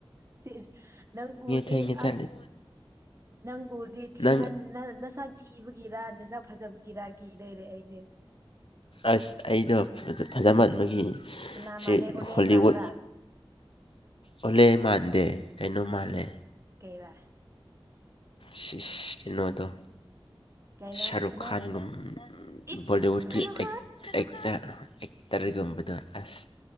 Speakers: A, on the right; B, on the left.
A: ꯁꯤꯁ ꯅꯪ ꯎꯔꯗꯤ
B: ꯊꯦꯡꯉꯦ ꯆꯠꯂꯦ
A: ꯑꯁ ꯅꯪꯒꯨꯔꯗꯤ ꯊꯤ
B: ꯅꯪ
A: ꯅꯁꯥꯛ ꯊꯤꯕꯒꯤꯔꯥ ꯅꯁꯥꯛ ꯐꯖꯕꯒꯤꯔꯥ ꯀꯤ ꯂꯩꯔꯦ ꯑꯩꯁꯦ
B: ꯑꯁ ꯑꯩꯗꯣ ꯐꯖ ꯃꯥꯟꯕꯒꯤ
A: ꯀꯅꯥ
B: ꯁꯤ
A: ꯃꯥꯜꯂꯦ ꯑꯣꯂꯦꯟ
B: ꯍꯣꯂꯤꯋꯨꯠ
A: ꯃꯥꯟꯕ꯭ꯔꯥ
B: ꯑꯣꯜꯂꯦ ꯃꯥꯟꯗꯦ ꯀꯩꯅꯣ ꯃꯥꯜꯂꯦ
A: ꯀꯩ ꯋꯥ
B: ꯀꯩꯅꯣꯗꯣ
A: ꯀꯩꯅ
B: ꯁꯔꯨꯛ
A: ꯀꯅꯥ
B: ꯈꯥꯟ ꯒꯨꯝ
A: ꯏꯁ
B: ꯕꯣꯂꯤꯋꯨꯗꯀꯤ
A: ꯁꯔꯨꯈꯥꯟ
B: ꯑꯦꯛ ꯑꯦꯛꯇꯔ ꯑꯦꯛꯇꯔꯒꯨꯝꯕꯗꯣ ꯑꯁ